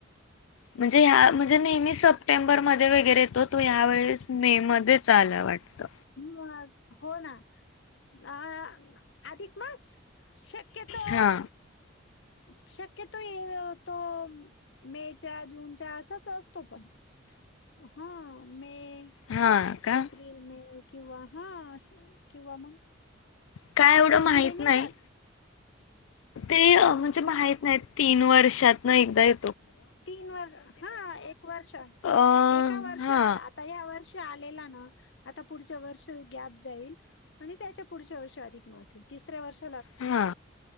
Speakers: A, on the left (about 85°); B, on the left (about 65°).
A: म्हणजे हा म्हणजे नेहमी
B: असं
A: सप्टेंबर मध्ये वगैरे येतो तो ह्यावेेळेस मे मध्येच आलं वाटत.
B: मग हो ना आ आधिक- मास शक्यतो
A: हा
B: शक्यतो येतो मेच्या जूनच्या असचं असतो पणं हा मे
A: हा का
B: एप एप्रिल, मे किंवा हा आशा किंवा मगं
A: काय एवढं
B: एवढां
A: माहित
B: पुढे नाई
A: नाही.
B: जातं.
A: ते म्हणजे माहित नाय तीन वर्षातन एकदाये
B: तीन वर्ष हा एक वर्ष
A: अ
B: एका वर्ष
A: हा
B: आडं आता या वर्ष आलेला ना आता पुढच्या वर्षी गॅप जाईल आणि त्याच्या पुढच्या वर्षी अधिक मास येईल. तिसऱ्या वर्षां
A: हा